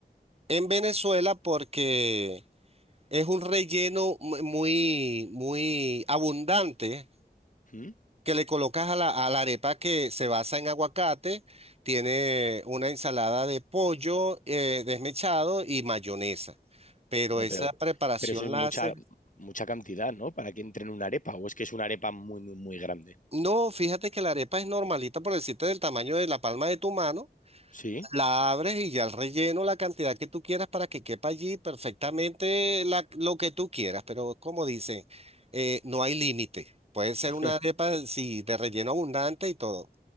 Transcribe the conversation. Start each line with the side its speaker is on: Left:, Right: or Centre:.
Right: en Venezuela porque... Es un relleno mu- muy, muy abundante
Left: ¿Mm?
Right: que le colocas a la, a la arepa que se basa en aguacate. Tiene una ensalada de pollo eh, desmechado y mayonesa. Pero
Left: No,
Right: esa
Left: pero,
Right: preparación
Left: pero eso es
Right: la
Left: mucha,
Right: haces.
Left: mucha cantidad, ¿no? Para que entre en una arepa, o es que es una arepa muy, muy, muy grande.
Right: No, fíjate que la arepa es normalita, por decirte, del tamaño de la palma de tu mano.
Left: Sí,
Right: La abres y ya el relleno, la cantidad que tú quieras para que quepa allí perfectamente la- lo que tú quieras, pero como dicen, eh, no hay límite. Puede
Left: <laughs>
Right: ser una arepa, sí, de relleno abundante y todo.